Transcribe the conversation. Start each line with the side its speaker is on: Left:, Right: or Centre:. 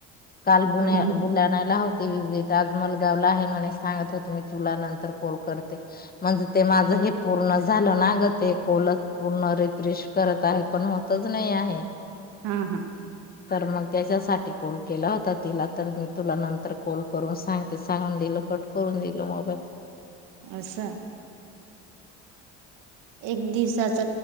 Left: काल बुण्या
Right: हा
Left: बुलढाण्याला होती आज मलगाव नंदगावला आहे म्हणे सांगत होतो मी तुला नंतर कॉल करते म्हणजे ते माझं हे पूर्ण झालं ना ग ते खोलच पूर्ण रिफ्रेश करत आहे पण होतच नाही आहे..
Right: हा हा..
Left: तर मग... त्याच्यासाठी कॉल केला होता तिला तर मी तुला नंतर कॉल करून सांगते सांगून दिलं कट करून.. दिल मोबाईल..
Right: असा.. एक दिवसाच